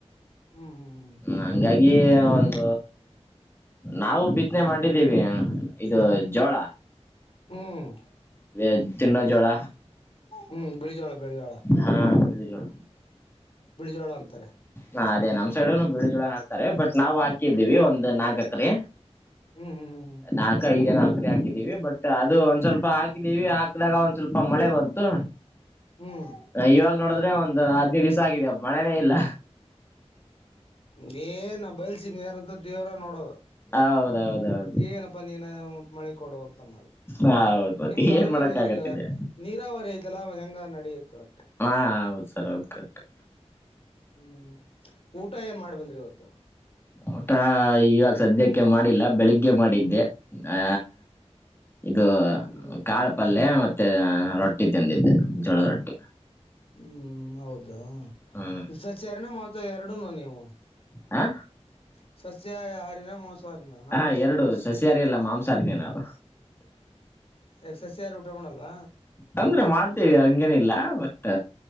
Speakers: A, on the left; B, on the left.
A: ಹ್ಮ್ ಹ್ಮ್
B: ಹಂಗಾಗಿ ಒಂದ. ನಾವು ಬಿತ್ತನೆ ಮಾಡಿದ್ದೀವಿ ಇದು ಜೋಳ.
A: ಹ್ಮ್ ಹ್ಮ್
B: ವೆ ತಿನ್ನೋ ಜೋಳ.
A: ಹ್ಮ್ ಬಿಳಿಜೋಳ ಬಿಳಿಜೋಳ
B: ಹಾ ಬಳಿ ಜೋಳ.
A: ಕೇಳ ಅಂತಾರೆ.
B: ಹಾ ಅದೇ ನಮ ಸೈಡ್ನು ಬಿಳಿ ಜೋಳ ಹಾಕ್ತಾರೆ ಬಟ್ ನಾವು ಹಾಕಿದ್ದೀವಿ ಒಂದ್ ನಾಕ್ ಎಕರೆ.
A: ಹ್ಮ್ ಹ್ಮ್ ಹ್ಮ್
B: ನಾಲ್ಕ ಐದ ಏನೋ. ಸಕ್ರ ಹಾಕಿದೀವಿ ಬಟ್ ಅದು ಒಂದ್ ಸ್ವಲ್ಪ ಹಾಕಿದ್ದೀವಿ ಹಾಕಿದಾಗ ಒಂದ್ ಸ್ವಲ್ಪ ಮಳೆ ಬಂತು.
A: ಹ್ಮ್ ಹ್ಮ್
B: ಹ ಇವಾಗ ನೋಡಿದ್ರೆ ಒಂದ್ ಹದ್ನೈದು ದಿವ್ ಆಗಿದೆ ಅಬ್ಬ ಮಳೆನೇ ಇಲ್ಲ
A: ನೀ ನ ಬಯಲ್ಸ ಮ ಯಾರಂತ ದೇವ್ರ ನೋಡೋದು
B: ಹೌದೌದೌದು
A: ಏನಪ್ಪಾ ನೀನ ಮ ಮಳೆ ಕೊಡುುವ ಅಂತ ಅನ್ನೋದು
B: ಹೌದು ಮತ್ತೆ
A: ನಿಮ್ದಾದ್ರೂ
B: ಏನ್ ಮಾಡಕ್ ಆಗತ್ತಿದೆ
A: ಈಗ ನೀರಾವರಿ ಆಐ್ತಲ್ಲ ಮ ಹೆಂಗ ನಡತ್ತು ಅ
B: ಹಾ ಹೌದು ಸರ್ ಹೌದು ಕಟ್ಟು
A: ಹ್ಮ್ ಊಟ ಏನ್ ಮಾಡ್ಬಂದ್ರಿ ಇವತ್ತು
B: ಊಟ ಇವಾಗ ಸದ್ಯಕ್ಕೆ ಮಾಡಿಲ್ಲ ಬೆಳಿಗ್ಗೆ ಮಾಡಿದ್ದ ದೆ ಆ ಇದು
A: ಹ್ಮ್
B: ಕಾಳು ಪಲ್ೆ ಮ ಮತ್ತೆ ರೊಟ್ಟಿ ತಿಂದಿದ್ದು ಜೋಳದ ರೊಟ್ಟಿ
A: ಹ್ಮ್ ಹೌದಾ
B: ಹ್ಮ್
A: ಸಚರ್ನ ಮತ್ತು ಎರಡುನು ನೀವು
B: ಹಾ
A: <unintelligible> ಸಸ್ಯಹಾರಣ ಮೋಸಹಾರಿಿನ ನಾನ್
B: ಹಾ
A: ವೆಜ್ಟೇನ್
B: ಎರಡು
A: ವೆಜಿೇರಿನ್
B: ಸಸ್ಯಾಹಾರಿ ಅಲ್ಲ ಮಾಂಸಾಹಾರಿನೇ ನಾವು
A: ಎಕ್ಸರ್ಸೈಸ್ ಯಾರು ಊಟ ಮಾಡಲ್ಲ
B: ಅಂದ್ರೆ ಮಾಡ್ತೇವಿ ಹಂಗೇನಿಲ್ಲ ಬಟ್